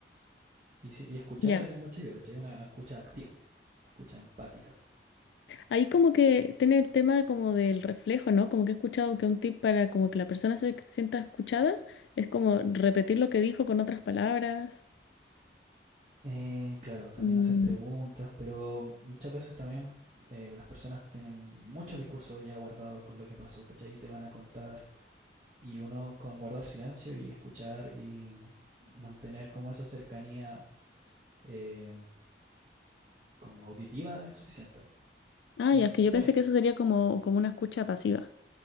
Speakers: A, on the right; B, on the left.
A: Y, si- y escuchar
B: Ya.
A: es de mucha ayuda, ¿cachai? Una escucha activa, una escucha empática.
B: Ahí como que tiene el tema como del reflejo, ¿no? Como que he escuchado que un tip para como que la persona se sienta escuchada es como repetir lo que dijo con otras palabras.
A: Eh, claro, también
B: Mm,
A: hacer preguntas, pero muchas veces también eh, las personas tienen mucho discurso ya guardado con lo que pasó, ¿cachai? Y te van a contar. Y uno con guardar silencio y escuchar y mantener como esa cercanía eh, como auditiva es suficiente.
B: Ah,
A: Y,
B: ya, es que
A: y
B: yo
A: también,
B: pensé que eso sería como, como una escucha pasiva.